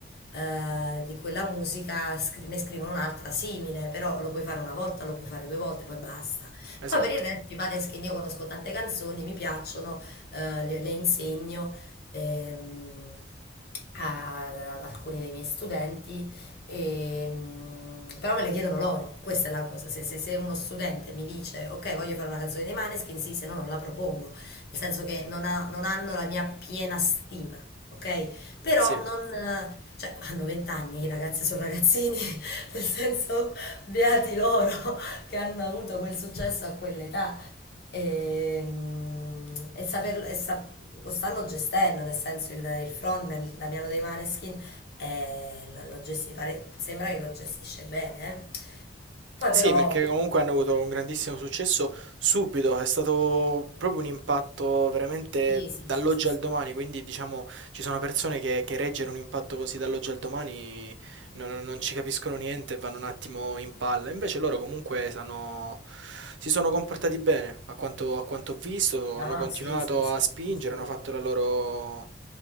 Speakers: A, on the left; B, on the right.
A: eh, di quella musica scri- ne scrivono un'altra simile, però lo puoi fare una volta, lo puoi fare due volte, poi basta.
B: esatto,
A: Poi per il resto, Maneskin, io conosco tante canzoni, mi piacciono, eh, le le insegno. Ehm, a- ad alcuni dei miei studenti, e, mm, però me le chiedono loro, questa è la cosa. Se, se- se uno studente mi dice ok, voglio fare una canzone dei Maneskin, sì, se no non la propongo, nel senso che non, ha- non hanno la mia piena stima, ok? Però
B: sì.
A: non... eh, Cioè, hanno 20 anni, i ragazzi sono ragazzini, <laughs> nel senso, beati loro <laughs> che hanno avuto quel successo a quell'età e, mm, e saperlo, e sa- lo stanno gestendo, nel senso il, il frontman, il Damiano dei Maneskin, eh, lo, lo gesti- pare- sembra che lo gestisce bene. eh. Poi
B: Sì,
A: però,
B: perché comunque hanno avuto un grandissimo successo subito, è stato proprio un impatto veramente
A: sì, sì,
B: dall'oggi
A: sì, sì, sì.
B: al domani, quindi diciamo ci sono persone che, che reggere un impatto così dall'oggi al domani non, non- non ci capiscono niente e vanno un attimo in palla, invece loro comunque sanno- si sono comportati bene, a quanto, a quanto ho visto,
A: No,
B: hanno continuato
A: sì, sì, sì,
B: a spingere,
A: sì, sono...
B: hanno fatto la loro,